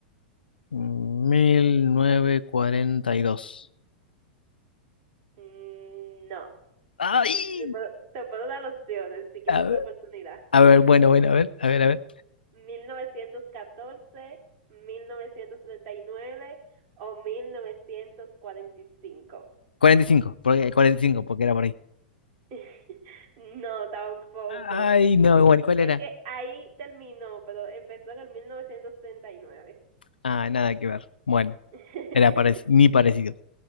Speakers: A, on the left; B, on the right.
A: 1942.
B: Mm, No.
A: ¡Ay!
B: Te puedo, te puedo dar opciones si quieres
A: A
B: otra
A: ver,
B: oportunidad.
A: a ver, bueno, bueno, a ver, a ver, a ver.
B: Mil mil novecientos novecientos catorce, mil novecientos treinta y nueve o 1945.
A: 45, porque, 45, porque era por ahí.
B: <laughs> No, tampoco.
A: Ay, no, bueno, ¿cuál
B: Es
A: era?
B: que ahí terminó, pero empezó en el 1939.
A: Ah, nada que ver. Bueno,
B: <laughs>
A: era parec- ni parecido.